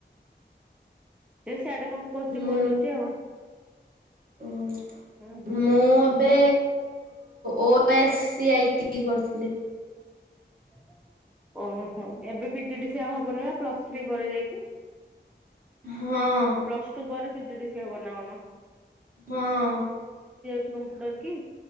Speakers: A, in the centre; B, on the right.
A: ସେ ସିଆଡେ କଣ କରୁଛି
B: ମୁଁ
A: ବୁଲୁଛି ଆଉ।
B: <inaudible>
A: ଉଁ ହୁଁ।
B: ମୁଁ ଏବେ ଓ ଏସ୍ ସି ଆଇଟି କରିଥିଲି।
A: <inaudible> ଓହୋ ଏବେ ପି ଜି ଡି ସିଏ ଆଉ ହବନି ବା ପ୍ଲସ ଥ୍ରୀ ପରେ ଯାଇକି।
B: ହଁ।
A: ପ୍ଲସ ଟୁ ପରେ ପିଜି ଡିସିଏ ହବ ନା କଣ?
B: ହଁ।
A: <unintelligible> କମ୍ପୁଟର।